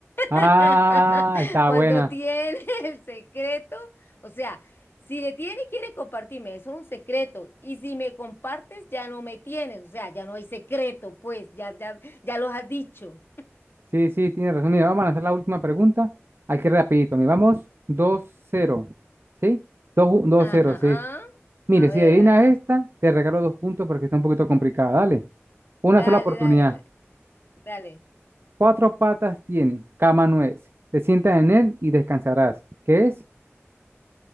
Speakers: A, on the right; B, on the left.
A: Ah,
B: <laughs>
A: está
B: Cuando
A: buena.
B: tienes <laughs> el secreto, o sea, si le tienes, quieres compartirme, eso es un secreto. Y si me compartes, ya no me tienes, o sea, ya no hay secreto, pues, ya, ya, ya los has dicho.
A: Sí, sí, tiene razón. Mira, vamos a lanzar la última pregunta. Aquí rapidito. Mira, vamos 2-0. ¿Sí? dos cero, sí 2 dos
B: Ajá.
A: cero, sí. Mire,
B: A
A: si
B: ver,
A: adivinas
B: a ver.
A: esta, te regalo dos puntos porque está un poquito complicada. Dale. Una
B: Dale,
A: sola oportunidad.
B: dale, dale.
A: Cuatro patas tiene, cama no es. Te sientas en él y descansarás. ¿Qué es?